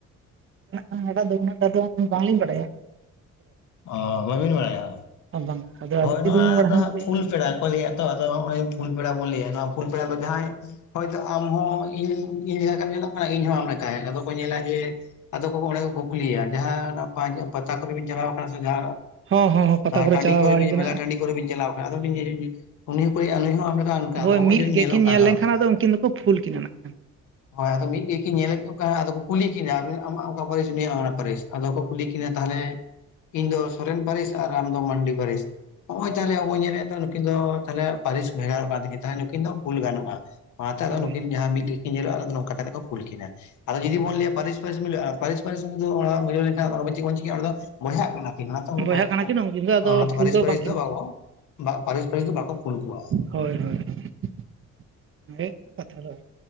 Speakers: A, on the right; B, on the left.
A: ᱚᱱᱠᱟᱱᱟᱜ ᱫᱚ ᱩᱱᱟᱹᱜᱴᱟ ᱫᱚ ᱵᱟᱝᱞᱤᱧ ᱵᱟᱰᱟᱭᱟ ᱾
B: ᱚᱸᱻ ᱵᱟᱹᱵᱤᱱ ᱵᱟᱲᱟᱭᱟ
A: ᱵᱟᱝ ᱟᱫᱚ
B: ᱦᱳᱭ
A: ᱟᱹᱵᱤᱱ
B: ᱱᱚᱣᱟ
A: ᱫᱤᱱ ᱢᱟᱲᱟᱝ
B: ᱫᱚ ᱦᱟᱸᱜ
A: ᱠᱚᱵᱤᱱ
B: ᱯᱷᱩᱞ ᱯᱮᱲᱟ, ᱠᱚ ᱞᱟᱹᱭᱟ ᱛᱚ ᱟᱫᱚ ᱱᱚᱜᱚᱭ ᱯᱷᱩᱞ ᱯᱮᱲᱟ ᱵᱚᱱ ᱞᱟᱹᱭᱟ ᱱᱚᱣᱟ ᱯᱷᱩᱞ ᱯᱮᱲᱟ ᱫᱚ ᱡᱟᱦᱟᱸᱭ ᱦᱳᱭᱛᱳ ᱟᱢᱦᱚᱸ ᱤᱧ ᱤᱧ ᱞᱮᱠᱟ ᱧᱮᱞᱚᱜ ᱠᱟᱱᱟ ᱤᱧᱦᱚᱸ ᱟᱢ ᱞᱮᱠᱟᱭᱟ ᱟᱫᱚ ᱠᱚ ᱧᱮᱞᱟ ᱡᱮ ᱟᱫᱚ ᱠᱚ ᱚᱸᱰᱮ ᱠᱚ ᱠᱩᱠᱞᱤᱭᱟ ᱡᱟᱦᱟᱸ ᱯᱟᱛᱟ ᱠᱚᱨᱮᱵᱤᱱ ᱪᱟᱞᱟᱣ ᱠᱟᱱᱟ ᱥᱮ ᱡᱟᱦ
A: ᱦᱚᱸ ᱦᱚᱸ ᱦᱚᱸ ᱯᱟᱛᱟ
B: ᱴᱟᱺᱰᱤ
A: ᱪᱟᱞᱟᱣ
B: ᱠᱚᱨᱮ
A: ᱵᱟᱲᱟ ᱦᱩᱭ ᱠᱟᱱᱟ
B: ᱢᱮᱞᱟ ᱴᱟᱺᱰᱤ ᱠᱚᱨᱮ ᱵᱤᱱ ᱪᱟᱞᱟᱣ ᱠᱟᱱᱟ ᱟᱫᱚ ᱩᱱᱤ ᱦᱚᱸ <unintelligible>
A: ᱦᱳᱭ
B: ᱱᱚᱜᱼᱚᱭ
A: ᱢᱤᱫ
B: ᱡᱮ ᱧᱮᱞᱚᱜ
A: ᱜᱮᱠᱤᱱ
B: ᱠᱟᱱ
A: ᱧᱮᱞ
B: ᱫᱚ
A: ᱞᱮᱱᱠᱷᱟᱱ ᱟᱫᱚ ᱩᱱᱠᱤᱱ ᱫᱚᱠᱚ ᱯᱷᱩᱞ ᱠᱤᱱᱟ ᱱᱟᱜ
B: ᱦᱳᱭ ᱟᱫᱚ ᱢᱤᱫ ᱜᱮᱠᱤᱱ ᱧᱮᱞᱮᱫ ᱠᱚ ᱟᱫᱚ ᱠᱚ ᱠᱩᱞᱤ ᱠᱤᱱᱟ ᱟᱢᱟᱜ ᱚᱠᱟ ᱯᱟᱹᱨᱤᱥ ᱱᱩᱭᱟ ᱚᱱᱟ ᱯᱟᱹᱨᱤᱥ ᱟᱫᱚ ᱠᱚ ᱠᱩᱞᱤ ᱠᱤᱱᱟᱹ ᱛᱟᱦᱚᱞᱮ ᱤᱧ ᱫᱚ ᱥᱚᱨᱮᱱ ᱯᱟᱹᱨᱤᱥ ᱟᱨ ᱟᱢᱫᱚ ᱢᱟᱱᱰᱤ ᱯᱟᱹᱨᱤᱥ ᱱᱚᱜ ᱚᱚᱭ ᱛᱟᱦᱚᱞᱮ ᱟᱵᱚ ᱧᱮᱞᱮᱫ ᱱᱩᱠᱤᱱ ᱫᱚ ᱛᱟᱦᱮ ᱯᱟᱹᱨᱤᱥ ᱵᱷᱮᱜᱟᱨᱚᱜ ᱠᱟᱱ ᱛᱟᱠᱤᱱ ᱛᱟᱦᱮᱫ ᱛᱟᱦᱚᱞᱮ ᱱᱩᱠᱤᱱ ᱫᱚ ᱯᱷᱩᱞ ᱜᱟᱱᱚᱜᱼᱟ ᱚᱱᱟᱛᱮ ᱟᱫᱚ
A: ᱦᱳᱭ
B: ᱱᱩᱠᱤᱱ
A: ᱦᱳᱭ
B: ᱡᱟᱦᱟᱸ ᱢᱤᱫ ᱜᱮᱠᱤᱱ ᱧᱮᱞᱚᱜᱼᱟ, ᱟᱫᱚ ᱱᱚᱝᱠᱟ ᱠᱟᱛᱮᱜ ᱠᱚ ᱯᱷᱩᱞ ᱠᱤᱱᱟ ᱾ ᱟᱫᱚ ᱡᱚᱫᱤ ᱵᱚᱱ ᱞᱟᱭᱟ ᱯᱟᱹᱨᱤᱥ ᱯᱟᱹᱨᱤᱥ ᱢᱤᱞᱟᱹᱜᱼᱟ ᱯᱟᱹᱨᱤᱥ ᱯᱟᱹᱨᱤᱥ ᱥᱚᱢᱚᱭ ᱫᱚ ᱚᱱᱟ ᱢᱤᱞᱟᱹᱣ ᱞᱮᱱᱠᱷᱟᱱ ᱚᱱᱟ ᱪᱮᱫ ᱵᱚᱱ ᱪᱤᱠᱟᱹᱭᱟ, ᱚᱸᱰᱮ ᱫᱚ ᱵᱚᱭᱦᱟᱜ ᱠᱟᱱᱟ ᱠᱤᱱ ᱱᱛᱮ
A: ᱵᱚᱭᱦᱟᱜ
B: ᱵᱚᱭᱦᱟ
A: ᱠᱟᱱᱟ
B: ᱠᱚ,
A: ᱠᱤᱱ ᱩᱱᱠᱤᱱ ᱫᱚ ᱟᱫᱚ
B: ᱚᱱᱟ ᱚᱱᱟᱛᱮ
A: ᱯᱷᱩᱞ
B: ᱯᱟᱹᱨᱤᱥ ᱯᱟᱹᱨᱤᱥ
A: ᱵᱟᱝᱠᱤᱱ
B: ᱫᱚ
A: ᱜᱟᱱᱚᱜᱼᱟ
B: ᱵᱟᱵᱚ ᱯᱟᱹᱨᱤᱥ ᱯᱟᱹᱨᱤᱥ ᱫᱚ ᱵᱟᱠᱚ ᱠᱷᱩᱞ ᱠᱚᱣᱟ᱾
A: ᱦᱳᱭ ᱦᱳᱭ <unintelligible> ᱫᱚ ᱟᱨᱠᱤ